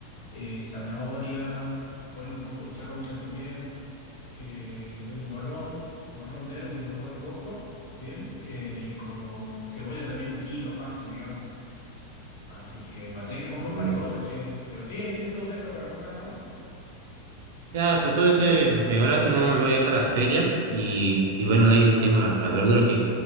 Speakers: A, on the left (about 75°); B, on the right (about 65°).
A: eh, zanahoria, poner un poco de chaucha también, eh, luego morrón, morrón verde y morrón rojo, ¿bien? Eh, y como cebolla también un kilo fácil, digamos. Así que va a tener que
B: No,
A: comprar
B: gracias.
A: un par de cosas, che. Pero sí, ahí tenés todo cerca para comprar, ¿no?
B: Ya, pero todo eso es medio barato, no me voy acá a la feria y, y bueno, de ahí tengo la, la verdura que